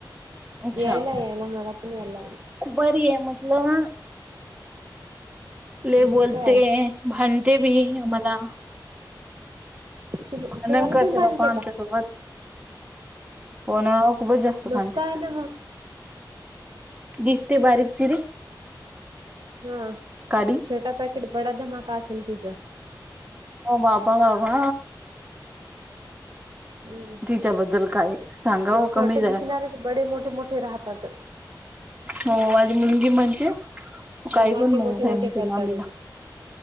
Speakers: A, on the right; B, on the right.
A: अच्छा
B: यायला, यायला मला पण यायलाय
A: बरी हाय म्हटलं, लई
B: मस्त
A: बोलते.
B: आहे.
A: भांडते बी आम्हाला
B: तु
A: हनन
B: तुम्हाला
A: करते
B: पण बांधते
A: बापा आमच्या
B: का?
A: सोबत. पणं खूपच जास्त
B: मस्त
A: खांते.
B: आहे ना मग.
A: दिसते बारीक चिरी
B: हा
A: काडी
B: छोटा पॅकेट बडा धमाका असेल तिचा
A: हो बाबा-बाबा
B: हम्म.
A: तिच्याबद्दल काय सांगव ते कमीच
B: छोटे
A: हाय
B: दिसणारे ते बडे मोठे मोठे राहतात.
A: हो आणि मुलगी म्हणते काही
B: धमाके
A: पण म्हणते
B: मोठे मोठे करतात
A: मामीला
B: ते.